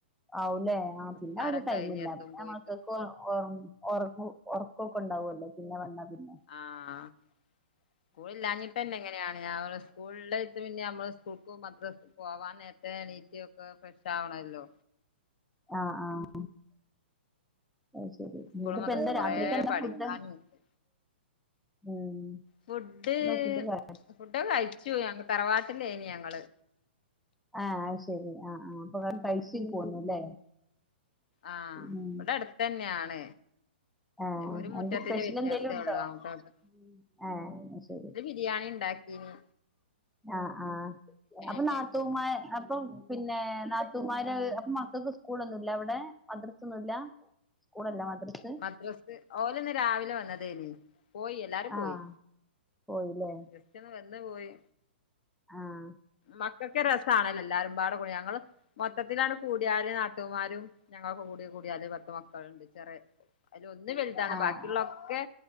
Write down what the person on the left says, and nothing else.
നിസ്കാരൊക്കെ
കഴിഞ്ഞെത്തുമ്പോഴേക്ക്
ആഹ് സ്കൂളില്ലാഞ്ഞിട്ടന്നേ ഇങ്ങനെയാ സ്കൂള് ട്ട് പിന്നെ അമ്മള് സ്കൂൾക്കു മദ്രസ്ക്ക്‌ പോവാൻ നെര എണീറ്റ് ഒക്കാ ഫ്രഷ് ആവണല്ലോ.
സ്കൂളും
മദ്രസും കൊറേ
പഠിക്കാനുണ്ട്
ഫുഡ്
ഫുഡൊക്ക കയിച്ചു ഞങ്ങ തറവാട്ട്ലെനു ഞങ്ങള്.
ആഹ്
ഇവിടെ അടുത്ത് തന്നെയാണ്
ഒരു മുറ്റത്തിന്റെ
വ്യത്യാസേ ഉള്ളൂ അങ്ങോട്ടോട്ട്
ബിരിയാണിണ്ടാക്കീനി
ഉണ്ടാക്കീന്
മദ്രസ് ഓല്ന്ന് രാവിലെ വന്നതേനി പോയി എല്ലാരും പോയി
ജെസ്റ്റൊന്ന് വന്ന് പോയി.
മക്കക്ക് രസാണല്ലോ എല്ലാരുംപാട കൂടി ഞങ്ങൾ മൊത്തത്തിലാണ്ട് കൂട്യാല് നാത്തൂമാരും ഞങ്ങളൊക്കെകൂടി കൂട്യാല് പത്ത് മക്കള്ണ്ട് ചെറ്യേ അയ്ലൊന്ന് വെൽതാണ്
ബാക്കിള്ളൊക്കെ